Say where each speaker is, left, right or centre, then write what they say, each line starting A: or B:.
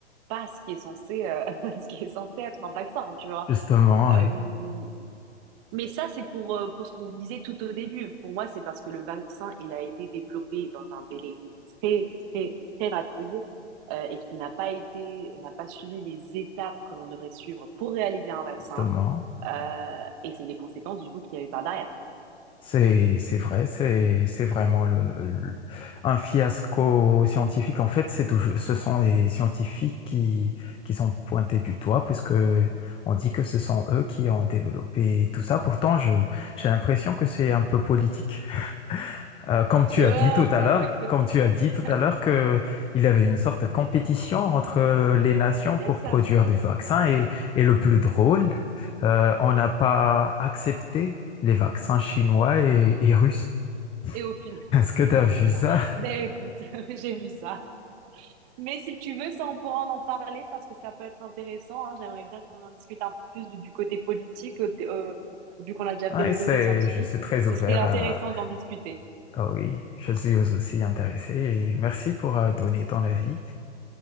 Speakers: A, on the right (about 35°); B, on the left (about 15°).
A: pas ce qui est censé, euh, <laughs> ce qui est censé être un vaccin, tu vois.
B: justement,
A: Euh,
B: oui,
A: mais ça, c'est pour, euh, pour ce qu'on disait tout au début. Pour moi, c'est parce que le vaccin, il a été développé dans un délai très, très, très rapide, euh, et qui n'a pas été, n'a pas suivi les étapes que l'on devrait suivre pour réaliser un vaccin.
B: justement.
A: Euh, et c'est les conséquences du coup qu'il y a eu par derrière.
B: C'est, c'est vrai, c'est, c'est vraiment le, le- un fiasco scientifique. En fait, c'est toujours, ce sont les scientifiques qui, qui sont pointés du doigt, puisque on dit que ce sont eux qui ont développé tout ça. Pourtant, je, j'ai l'impression que c'est un peu politique. Euh, comme tu
A: Oh,
B: as dit tout
A: ça,
B: à l'heure,
A: oui.
B: comme tu as dit tout
A: <laughs>
B: à l'heure que il y avait une sorte de compétition entre euh, les nations pour
A: C'est ça.
B: produire du vaccin et, et le plus drôle, euh, on n'a pas accepté les vaccins chinois et, et russes.
A: Et au final,
B: <laughs>
A: <laughs>
B: Est-ce que tu
A: oui,
B: as vu
A: c'est
B: ça?
A: ça. Ben écoute, <laughs> j'ai vu ça. Mais si tu veux, ça, on pourra en en parler parce que ça peut être intéressant. hein. J'aimerais bien qu'on en discute un peu plus du, du côté politique, euh, de- euh, vu qu'on a déjà
B: Ouais,
A: fait le
B: c'est,
A: côté scientifique.
B: je suis très ouvert
A: Ce serait intéressant
B: à,
A: d'en discuter.
B: ah oui, je suis aussi intéressé et merci pour euh, donner ton avis.